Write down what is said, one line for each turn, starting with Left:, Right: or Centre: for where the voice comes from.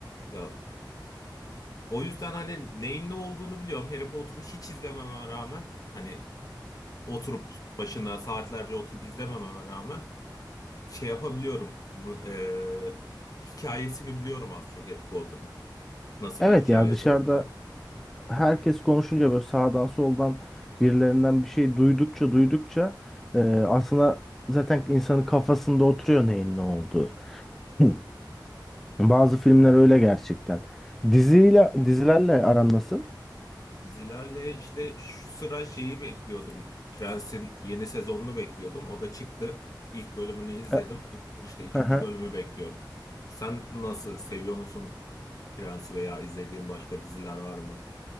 Left: Ya o yüzden hani neyin ne olduğunu biliyorum. Harry Potter'ı hiç izlememe rağmen hani oturup başına saatlerce oturup izlemememe rağmen şey yapabiliyorum. m- eee, hikayesini biliyorum az çok Harry Potter'ın. Nasıl
Centre: Evet
Left: bir hikayesi
Centre: ya dışarıda
Left: olduğunu.
Centre: herkes konuşunca böyle sağdan soldan birilerinden bir şey duydukça duydukça e, aslında zaten insanın kafasında oturuyor neyin ne olduğu. <clears throat> Hı. Bazı filmler öyle gerçekten. Diziyle dizilerle aran nasıl?
Left: Dizilerle işte şu sıra şeyi bekliyordum. Prens'in yeni sezonunu bekliyordum. O da çıktı. İlk bölümünü izledim.
Centre: E,
Left: İşte ikinci
Centre: hı hı.
Left: bölümü bekliyorum. Sen nasıl seviyor musun Prens'i veya izlediğin başka diziler var mı?